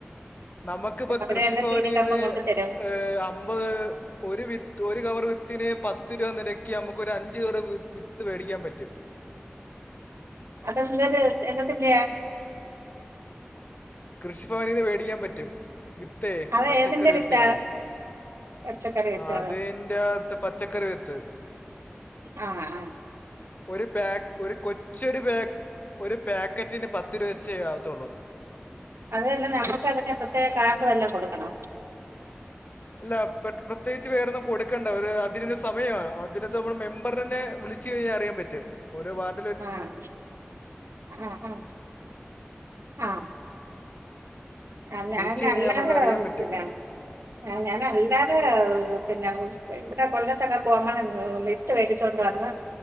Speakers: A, on the left; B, on the right.
A: നമുക്കിപ്പ
B: അവര്
A: കൃഷിഭവനിൽന്ന്
B: തന്നെ ചീനിക്കമ്പം കൊണ്ട് തരും
A: ഏ അമ്പത് ഒരു വിത്ത് ഒരു കവർ വിത്തിന് പത്ത് രൂപ നിരക്ക് നമുക്ക് ഒരു അഞ്ച് കവർ വിത്ത് വേടിക്കാൻ പറ്റും
B: അതെന്തരു എന്നത്തിൻ്റേയ
A: കൃഷിഭവനിൽന്ന് വേടിക്കാൻ പറ്റും വിത്തെ
B: അത്
A: പച്ചക്കറി
B: ഏതിന്റെ വിത്താ
A: വിത്തുകള്
B: പച്ചക്കറി വിത്താണ്
A: അതിന്റത്ത് പച്ചക്കറി വിത്ത്
B: ആഹ് ആഹ്
A: ഒരു പാക് ഒരു കൊച്ചൊരു പാക് ഒരു പാക്കറ്റിന് പത്ത് രൂപ വെച്ചെ ആകത്തുള്ളൂ
B: അതെല്ല നമുക്ക് അതിന് പ്രത്യേക കാർഡ് വല്ലോം കൊടുക്കണോ
A: അല്ല പെട് പ്രത്യേകിച്ച് വേറൊന്നു കൊടുക്കേണ്ടത് അതിന്റെ സമയ അതിനകത്ത് നമ്മള് മെമ്പറിനെ വിളിച്ചു കഴിഞ്ഞാൽ അറിയാൻ പറ്റും ഓരോ വാർഡ
B: ആഹ് ആഹ് ആഹ് ആഹ് ആഹ് ഞാന്
A: വിളിച്ചു കഴിഞ്ഞാൽ
B: അല്ലാതെ
A: നമുക്ക് അറിയാൻ പറ്റും
B: പിന്നെ ആഹ് ഞാന് അല്ലാതെ പിന്നെ ഇവിടെ കൊല്ലത്തൊക്കെ പോവുമ്പ വിത്ത് വേടിച്ചോണ്ട് വന്ന്